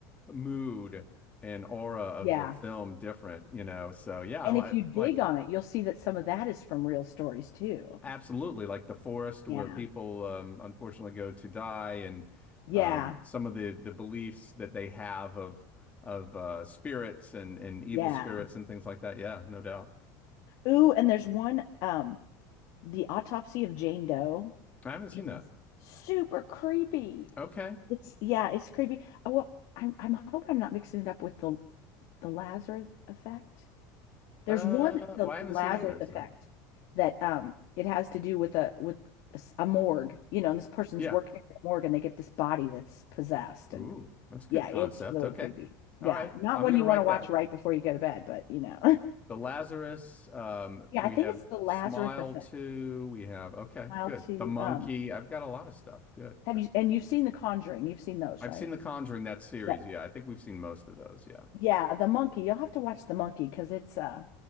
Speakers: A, on the left; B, on the left.
A: mood and aura of
B: Yeah.
A: the film different, you know. So yeah,
B: And
A: I
B: if you
A: li
B: dig
A: like it.
B: on it, you'll see that some of that is from real stories too.
A: Absolutely, like the forest
B: Yeah.
A: where people um, unfortunately go to die, and
B: Yeah.
A: um, some of the the beliefs that they have of of uh, spirits and and evil
B: Yeah.
A: spirits and things like that. Yeah, no doubt.
B: Ooh, and there's one, um, The Autopsy of Jane Doe.
A: I haven't seen
B: It
A: that.
B: is. Super creepy.
A: Okay.
B: It's yeah, it's creepy. Uh, Well, I'm I'm hoping I'm not mixing it up with the the Lazarus effect. There's
A: Uh,
B: one, the
A: well, I haven't
B: Lazarus
A: seen either. So
B: effect, that um it has to do with a with a s- a morgue, you know, and this person's
A: yeah.
B: working at the morgue and they get this body that's possessed
A: Ooh,
B: and
A: that's a good
B: yeah,
A: concept.
B: it's really
A: Okay.
B: creepy. Yeah,
A: All right.
B: not
A: I'm
B: one
A: gonna
B: you
A: write
B: want to watch
A: that.
B: right before you go to bed, but you know. <laughs>
A: The Lazarus. Um,
B: Yeah,
A: we
B: I think
A: have
B: it's the Lazarus
A: Smile
B: effect.
A: too. We have okay.
B: Mile
A: Good.
B: to
A: The monkey.
B: Um,
A: I've got a lot of stuff. Good.
B: have you and you've seen The Conjuring, you've seen those,
A: I've
B: right?
A: seen The Conjuring, that series.
B: Yep.
A: Yeah, I think we've seen most of those. Yeah.
B: Yeah, the monkey. You'll have to watch the monkey because it's uh